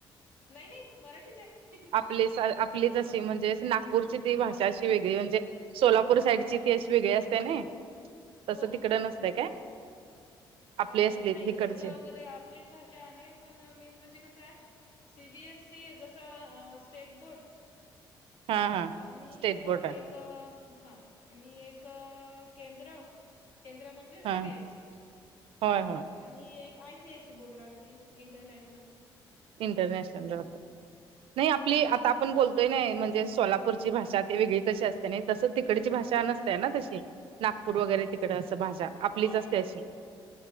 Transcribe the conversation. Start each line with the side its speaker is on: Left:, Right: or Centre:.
Left: नाही नाही मराठीच आहे.
Right: आपली आपलीच अशी म्हणजे नागपूरची ती भाषा अशी वेगळी म्हणजे सोलापूर साईडची
Left: हा
Right: ती अशी वेगळी असते ना तसं
Left: हो
Right: तिकड
Left: हो
Right: नसतंय
Left: हो
Right: काय
Left: अ,
Right: आपली असली
Left: नाही
Right: तिकडचे
Left: तस वगैरे आपलीच भाषा आहे. पण मेन म्हणजे कसं आहे. सी बी एस सी जसा स्टेट बोर्ड
Right: हा हा
Left: आणि
Right: स्टेट बोर्ड आहे
Left: एक हा आणि एक केंद्र केंद्र म्हणजे सी
Right: हा
Left: बी एस सी.
Right: होय होय.
Left: आणि एक I C I C board राहते, इंटरनॅशनल.
Right: इंटरनॅशनल राहत, नाही आपली
Left: हा
Right: आता आपण बोलतोय नाही म्हणजे सोलापूरची भाषा ती वेगळी कशी असते नाही. तसं तिकडची भाषा नसतेय ना तशी नागपूर वगैरे
Left: अ,
Right: तिकड असं भाषा आपलीच
Left: नाही
Right: असते अशी